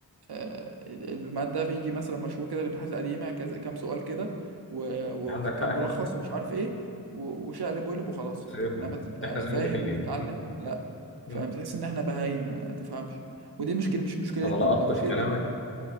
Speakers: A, on the right (about 65°); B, on the left (about 30°).
A: آه، ال- الماده بيجي مثلا مشهور كده الامتحانات القديمه كذا كام سؤال كده و- وكام
B: عندك حق احنا
A: ملخص ومش عارف ايه و- وشقلب وقلب وخلاص
B: زيكم
A: انما تبقى
B: احنا زيهم
A: فاهم
B: بالمية
A: وتتعلم لا
B: مم.
A: فبتحس ان احنا بهايم ما تفهمش ودي مشكله مش مشكلتنا
B: انا لقطت
A: والله مشكله
B: في كلامك
A: الدكاتره